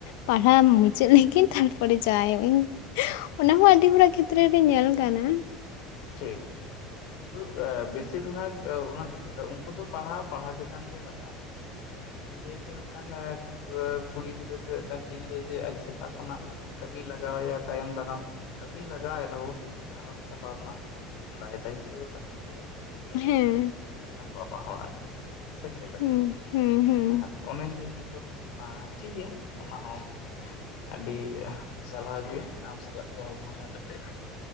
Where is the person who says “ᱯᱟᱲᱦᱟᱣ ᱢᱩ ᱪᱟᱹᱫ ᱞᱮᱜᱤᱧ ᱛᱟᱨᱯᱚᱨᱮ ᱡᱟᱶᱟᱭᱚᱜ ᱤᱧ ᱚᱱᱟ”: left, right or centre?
Left